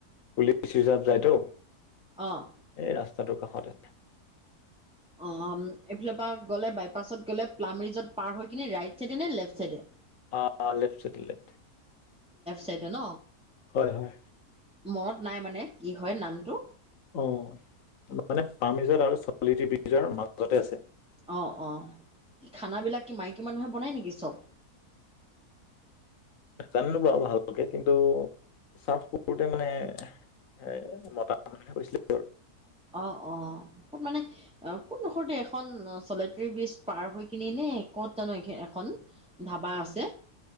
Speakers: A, on the left; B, in the centre.
A: পুলিচ ৰিজাৰ্ভ যায়তো এই
B: অ'
A: ৰাস্তাটোৰ কাষত আছে।
B: অ এইফালৰ পৰা গ'লে বাইপাছত গলে প্লামিজত পাৰ হয় কিনে ৰাইট চাইডে নে লেফট চাইডে।
A: অ লেফ চাইডে লেফ
B: চাই ছে ন।
A: হয় হয়।
B: মনত নাই মানে কি হয় নামটো।
A: অহ, মানে পামেজৰ আৰু ছোৱালিটিবিজৰ মাজতে আছে।
B: অ অ কি খানাবিলাক কি মাইকী মানুহে বনায় নেকি চব।
A: াজানো বাৰু ভালকে কিন্তু চাৰফ কৰোতে মানে। সেয় মতা মানহে কৈছিলে আৰু
B: অ অ ত মানে অ। কোন ডখৰতে এখন চলেটেৰী ব্ৰীজ পাৰ হৈ কিনি নে কতো এখন ধাবা আছে।